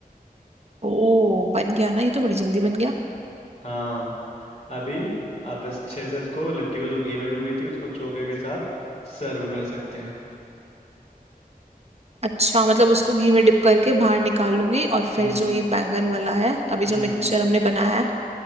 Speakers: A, on the right (about 45°); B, on the left (about 45°).
A: ओ बन गया ना ये तो बड़ी जल्दी बन गया
B: हाँ अभी आप अच्छे से इसको लिट्टी को जो घी में डूबी थी उसको चोखे के साथ सर्व कर सकते हैं
A: अच्छा मतलब उसको घी में डिप करके बाहर निकाल लूंगी और फिर
B: हम्म
A: जो ये बैंगन वाला है अभी
B: हम्म
A: जो मिक्सचर हमने बनाया है